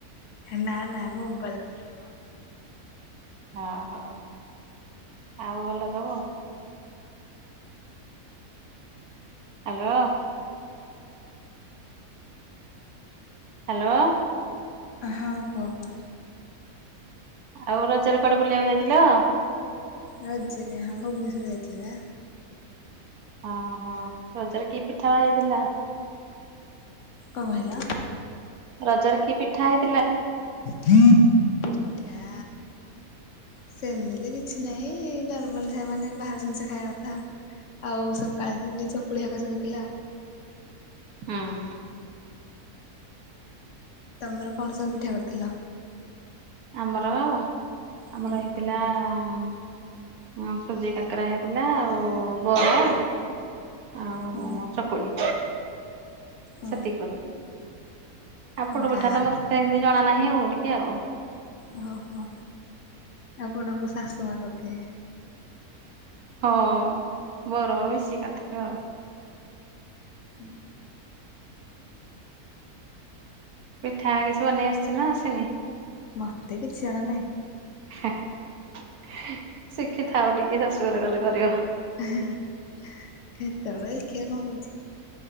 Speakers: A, on the left (about 60°); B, on the right (about 80°).
A: ନା ନା ମୋବାଇଲ୍ ଦେଖୁଥିଲୁ ମ।
B: ହଁ ହଉ, ଆଉ ଭଲ ସବୁ ଆଉ? ହ୍ୟାଲୋ। ହ୍ୟାଲୋ।
A: ହଁ କୁହ କୁହ।
B: ଆଉ ରଜ ରେ କୁଆଡେ ବୁଲିବାକୁ ଯାଇଥିଲ?
A: ରଜେରେ ହଁ ଭୁବନେଶ୍ୱର ଯାଇଥିଲି ବା।
B: ଓ ହୋ ରଜରେ କି ପିଠା ହେଇଥିଲା?
A: କଁ କହିଲ?
B: ରଜରେ କି ପିଠା ହେଇ
A: ପିଠା ସେମିତି କି କିଛି ନାଇଁ ନର୍ମାଲ ଖାଇବା ମାନେ ବାହାର ଜିନିଷ ଖାଇବା କଥା ଆଉ। ଆଉ ସକାଳେ ସେମିତି ଚକୁଳିହେକା ସବୁ ଥିଲା ଆଉ।
B: ହୁଁ।।
A: ତମର କଣ ସବୁ ପିଠା କରିଥିଲ?
B: ଆମର ଆମର
A: ହୁଁ
B: ହେଇଥିଲା ହଁ ହୁଁ ସୁଜି କାକେରା ହେଇଥିଲା ଆଉ ବରା ଆଉ
A: ହୁଁ
B: ଚକୁଳି।
A: ଓ
B: ସେତିକି କରିଥିଲୁ। ଆଉ ପୋଡ
A: ହଁ
B: ପିଠା
A: ଗାଁ
B: ତ ମତେ ଏମତି ଜଣା ନାହିଁ ଆଉ ଟିକେ ଆଉ।
A: ଓହୋ ଆପଣଙ୍କ ଶାଶୁ ମା କରିଥିବେ।
B: ହଁ ବଡ ମୁଁ ମିଶିକି କରିଥିଲୁ ଆଉ।
A: ହୁଁ।
B: ପିଠା କିଛି ବନେଇ ଆସୁଛି ନା ଆସୁନି?
A: ମତେ କିଛି ଜଣା ନାହିଁ।
B: ହେ ହେ ହେ ଶିଖିଥାଅ ଟିକେ ଶାଶୁଘରେ ଗଲେ କରିବ।
A: ଆ-ହା-ହା ସେତେବେଳେ ଦେଖିବା କଣ ହଉଛି।